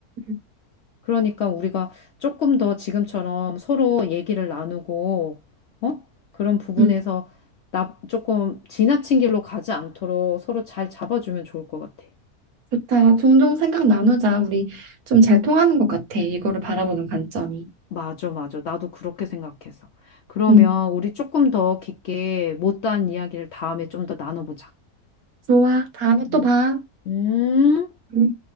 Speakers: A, on the right (about 70°); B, on the left (about 70°).
A: 음,
B: 그러니까 우리가 조금 더 지금처럼 서로 얘기를 나누고, 어? 그런 부분에서
A: 음,
B: 나 조금 지나친 길로 가지 않도록 서로 잘 잡아주면 좋을 것 같아.
A: 좋다. 종종 생각 나누자. 우리 좀 잘 통하는 것 같아. 이거를 바라보는 관점이.
B: 맞아, 맞아. 나도 그렇게 생각해서. 그러면
A: 음,
B: 우리 조금 더 깊게 못다한 이야기를 다음에 좀 더 나눠보자.
A: 좋아. 다음에
B: 음.
A: 또 봐.
B: 음.
A: 음.